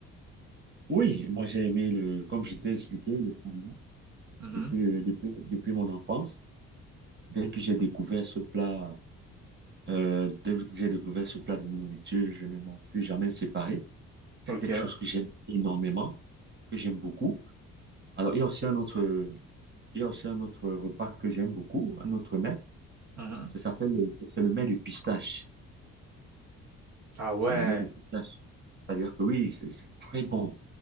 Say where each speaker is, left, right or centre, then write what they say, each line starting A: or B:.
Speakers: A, on the right; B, on the right.
A: oui, moi, j'ai aimé le, comme je t'ai expliqué, le samba
B: Mhm.
A: depuis, depuis, depuis mon enfance. Dès que j'ai découvert ce plat, euh, dès que j'ai découvert ce plat de nourriture, je ne m'en suis jamais séparé. C'est
B: OK.
A: quelque chose que j'aime énormément, que j'aime beaucoup. Alors, il y a aussi un autre, il y a aussi un autre repas que j'aime beaucoup, un autre mets.
B: Mhm.
A: Ça s'appelle, le- c'est c'est le mets de pistache.
B: Ah ouais.
A: C'est le mets de pistache. C'est-à-dire que oui, c'est c'est très bon.